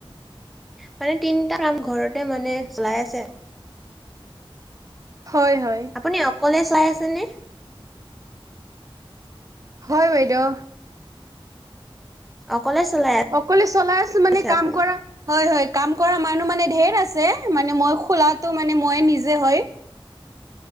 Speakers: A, in the centre; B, on the right (about 35°).
A: মানে তিনটা কাম ঘৰতে মানে চলাই আছে আৰু
B: হয় হয়
A: আপুনি অকলে চাই আছেনে
B: হয় বাইদেউ
A: অকলে চলাই
B: অকলে চলাই আছো মানে
A: আছে
B: কাম
A: আপুনি?
B: কৰা হয় হয়। কাম কৰা মানুহ মানে ধেৰ আছে মানে মই খোলাটো মানে মই নিজে হয়।